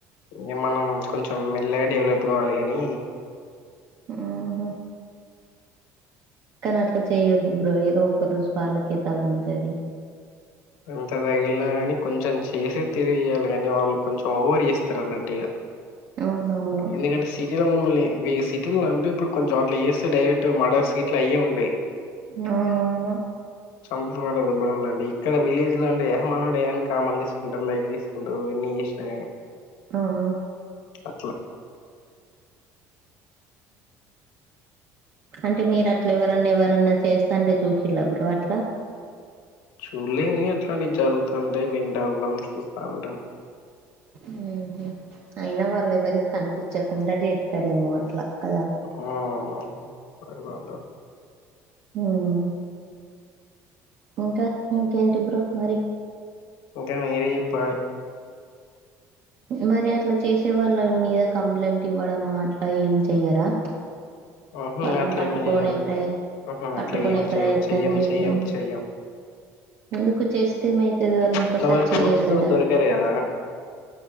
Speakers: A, on the left (about 85°); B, on the right (about 45°).
A: ఇంకా మనం కొంచెం మెల్లగా డెవలప్ కావాలి కాని
B: ఆహా కానీ అట్లా చేయొద్దు బ్రో ఏదో ఒక రోజు వాళ్ళకే తగులుతది
A: అంత తగిలినా గాని కొంచెం చేసే తిరే చెయాలి కాని వాళ్ళు కొంచెం ఓవర్ చేస్తారు అన్నట్టుగా
B: అవున
A: ఎందుకంటే సి సిటీల మమ్మల్ని సిటీ అంటే ఇప్పుడు కొంచం అట్ల చేేస్తే డైరెక్ట్ మడర్ సిట్లు అయ్యే ఉంటాయి
B: అవునవును
A: చంపదుబ్బడె ఇలాంటివి ఇక్కడ విలేజ్ లో అంటే మనోడే అని కామన్గ లైట్ తీసుకుంటారు ఎన్ని చేసినగన్
B: అవును
A: అట్లా
B: అంటే మీరు అట్లా ఎవరన్నా ఎవరన్నా చేస్తే కంటే చూసిళ్ళా మీరు అట్లా
A: చూలే కాని అట్లాంటి జరుగుతాంటాయ్ వింటాంటం చూస్తాంటాం
B: మ్మ్ఉహ్మ్ అయినా వాళ్ళు ఎవరికి కనిపిచకుండా చేత్తారేమో అట్లా కదా
A: ఆ అవును <unintelligible>
B: ఉమ్మ్ ఇంకా ఇంకేంటి బ్రో మరి
A: ఇంకా మీరే చెప్పాలి
B: మరి అట్లా చేసే వాళ్ళ మీద కంప్లైంట్ ఇవ్వడము అట్లా ఏం చెయ్యరా
A: ఉహు
B: వాళ్ళను
A: అట్లా
B: పట్టుకునే
A: ఏం చేయాలి
B: ప్రయ
A: ఉహు
B: పట్టుకునే
A: అట్లా ఏం చెయ్యం
B: ప్రయత్నం
A: చెయ్యం
B: చేయడం
A: చెయ్యం చెయ్యం
B: ఎందుకు చేస్తే ఏమైతది వాళ్ళు ఇంకోసారి
A: ఇట్లా వాళ్ళు
B: చెయ్యరు
A: ప్రూఫ్స్ తోటి
B: కదా
A: దొరకరు కదా